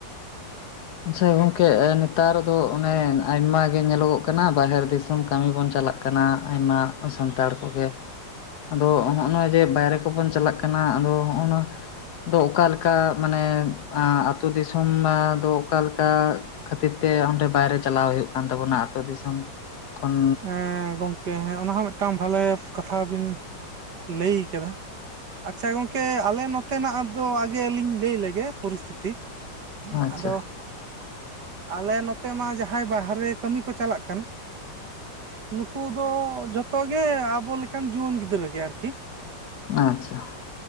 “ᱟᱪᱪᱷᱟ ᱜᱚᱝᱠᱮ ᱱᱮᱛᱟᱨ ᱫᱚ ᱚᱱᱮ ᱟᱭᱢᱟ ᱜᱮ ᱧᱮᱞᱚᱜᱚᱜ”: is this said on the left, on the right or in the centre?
Left